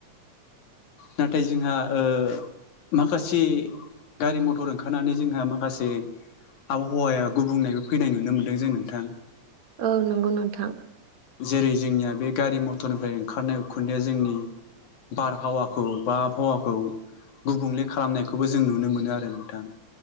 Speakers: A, on the left; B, on the right.
A: नाथाय जोंहा ओ। माखासे गारि मथर ओंखारनानै जोंहा माखासे। आबहावाया गुबुंनायबो फैनाय नुनो मोन्दों जों नोंथां‌।
B: औ नंगौ नोंथां
A: जेरै जोंनिया बे गारि मथरनिफ्राय ओंखारनाय उखुन्दैया जोंनि। बारहावाखौ बा आबहावाखौ। गुबुंले खालामनायखौबो जों नुनो मोनो आरो नोंथां।